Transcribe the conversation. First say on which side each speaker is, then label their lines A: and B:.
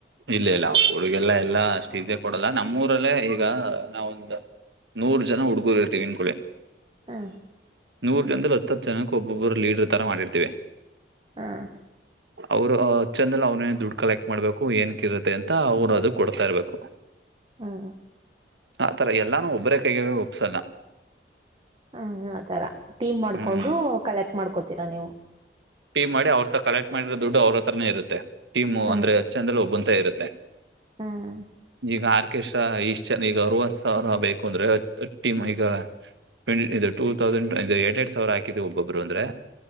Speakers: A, on the right; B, on the right.
A: ಇಲ್ಲ ಇಲ್ಲ ಹುಡುಗರೆಲ್ಲಾ ಅಷ್ಟ್ ಇಜಿಯಾಗ್ ಕೊಡಲ್ಲ ನಮ್ಮೂರಲ್ಲೇ ಈಗ ನಾವೊಂದ್ ನೂರ್ ಜನ ಹುಡುಗರು ಇರ್ತವಿ ಅನ್ಕೊಳಿ
B: ಹಾ
A: ನೂರ ಜನದಲ್ಲಿ ಹತ್ತು ಜನಕ ಒಬ್ಬೊಬ್ಬರು ಲೀಡ್ರ್ ತರ ಮಾಡಿರ್ತಿೀವಿ
B: ಹಾ
A: ಅವ್ರು ಚಂದಲ್ ಅವ್ನೇ ದುಡ್ಡು ಕಲೆಕ್ಟ್ ಮಾಡ್ಬೇಕು ಏನಕ್ ಇರುತ್ತೆ ಅಂತ ಅವ್ರು ಅದು ಕೊಡ್ತಾ ಇರ್ಬೇಕು
B: ಹಾ
A: ಆತರ ಎಲ್ಲಾನು ಒಬ್ಬರೇ ಕೈಯಲ್ಲಿ ಒಪ್ಸಲ್ಲ
B: ಹ ಆ ತರ ಟೀಮ್ ಮಾಡ್ಕೊಂಡು
A: ಹ್ಮ್
B: ಕಲೆಕ್ಟ್ ಮಾಡ್ಕೋತೀರಾ ನೀವು
A: ಟೀ ಮಾಡಿ ಅವ್ರತ್ರ ಕಲೆಕ್ಟ್ ಮಾಡಿರೋ ದುಡ್ಡು ಅವ್ರತ್ರನೇ ಇರುತ್ತೆ ಟೀಮು
B: ಹ್ಮ
A: ಅಂದ್ರೆ ಒಬ್ಬತಾಗ ಇರುತ್ತೆ
B: ಹ್ಮ್
A: ಈಗ ಅಕೇಶ ಇಷ್ಟು ಜನ ಈಗ ಅರವತ್ ಸಾವಿರ ಬೇಕು ಅಂದ್ರೆಮ್ ಈಗ ಟ್ ಇದುಟೂ ತೌಸಂಡ ಎಟ್ ಎಟ್ ಸಾವರ ಹಾಕಿದ್ವಿ ಒಬೊಬ್ರು ಅಂದ್ರೆ